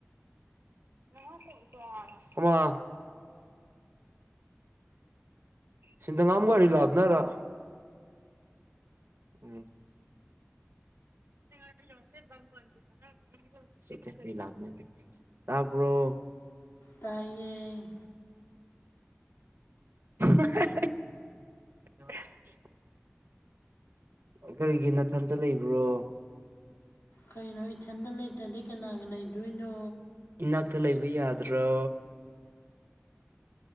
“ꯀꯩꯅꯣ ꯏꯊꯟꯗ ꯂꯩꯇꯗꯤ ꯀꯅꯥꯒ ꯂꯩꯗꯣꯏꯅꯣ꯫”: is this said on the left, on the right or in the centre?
Left